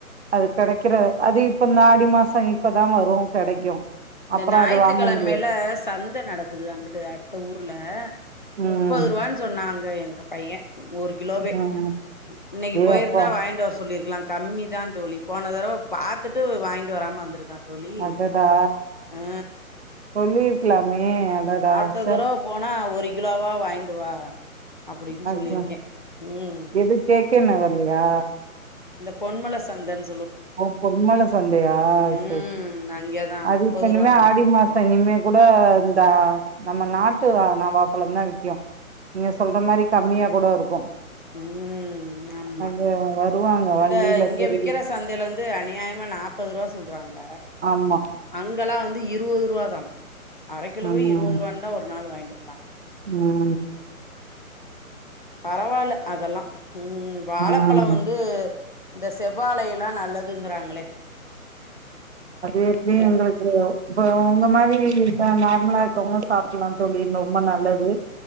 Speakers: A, on the right (about 50°); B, on the left (about 35°).
A: அது கெடைக்கிற அது இப்ப இந்த ஆடி மாசோ இப்பதா வரு கெடைக்கு
B: இந்த
A: அப்புறோ
B: ஞாயித்துக்கிழமைல
A: அது வாங்க முடியாது
B: சந்த நடக்குது அங்குட்டு அ த ஊர்ல
A: ம்
B: முப்பது ரூவானு சொன்னாங்க எங்க பைய ஒரு கிலோவே
A: ம்
B: இன்னைக்கு
A: ஏ
B: போயிருந்தா
A: அப்பா
B: வாங்கிட்டு வர சொல்லிரு க்கலா கம்மி தா தோழி போன தடவ பாத்துட்டு வாங்கிட்டு வராம வந்திருக்கா தோழி
A: அடடா
B: ஆ
A: சொல்லிருக்கலாமே அடடா
B: அடுத்த
A: ச்சே
B: தடவ போனா ஒரு கிலோவா வாங்கிட்டு வா அப்டின்
A: அதா
B: சொல்லிருக்கே ம்
A: எது கே கே நகர்லயா
B: இந்த பொன்மல சந்தன்
A: ஓ பொன்மல சந்தயா
B: ம்
A: சரி
B: அங்கேதா
A: அது
B: முப்பது
A: இப்ப என்ன
B: ரூவான்னாங்க
A: ஆடி மாச
B: ஒரு கிலோ.
A: இனிமே கூ ட இந்த நம்ம நாட்டு நவாப்பளம் தா விக்கு நீங்க சொல்ற மாதிரி கம்மியா கூட இருக்கு
B: ம் ஆமா
A: அது வருவாங்க
B: இந்த
A: வண்டியில
B: இங்க
A: தெருவுல
B: விக்கிற சந்தயில வந் து அநியாயமா நாப்பது ரூவா சொல்றாங்க
A: ஆமா
B: அங்கெல்லா வந்து இருபது ரூபா தா அரை கிலோவே
A: ம்
B: இருவது ரூவாந்தா ஒரு நாள் வாங்கிட்டு வந்தாங்
A: ம்
B: பரவால்ல அதெல்லா ம் வாழபழம்
A: ம்
B: வந்து இந்த செவ்வாழை எல்லா நல்லதுங்கிறாங்களே
A: அது எப்படி
B: இந்த
A: எங்களுக்கு இப்ப உங்க மாதிரி இப்ப நார்மலா இருக்கவங்க சாப்பிடலா தோழி ரொம்ப நல்லது